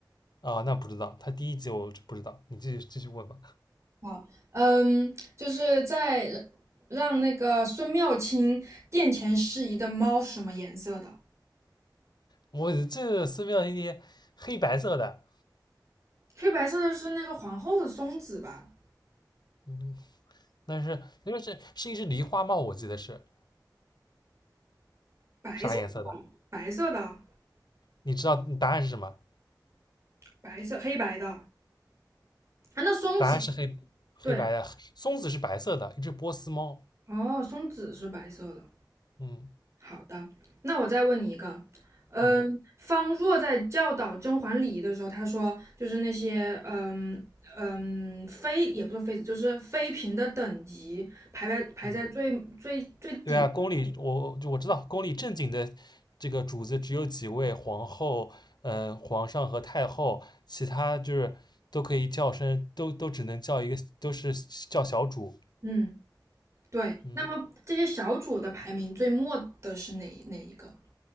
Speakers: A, on the left; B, on the right.
A: 啊？那不知道，他第一集我就不知道，你继续继续问吧。
B: 好，嗯，就是在让那个孙妙清殿前适宜的猫是什么颜色的？
A: 我这寺庙一些黑白色的，
B: 黑白色的是那个皇后的松子吧？
A: 嗯，但是那个是是一只梨花帽，我记得是
B: 白色，
A: 啥颜色的？
B: 白色的，
A: 你知道你答案是什么？
B: 白色黑白的啊，那松子
A: 答案是黑黑白的，
B: 对，
A: 松子是白色的，一只波斯猫。
B: 哦，松子是白色的。
A: 嗯
B: 好的，那我再问你一个，嗯，
A: 嗯
B: 方若在教导甄嬛礼仪的时候，他说就是那些嗯嗯妃也不是妃子，就是妃嫔的等级排排排在最最最底，
A: 嗯。对啊，宫里我就我知道，宫里正经的这个主子只有几位，皇后、嗯、皇上和太后，其他就是都可以叫声，都都只能叫一个，都是叫小主。
B: 嗯，对。
A: 嗯，
B: 那么这些小主的排名最末的是哪哪一个？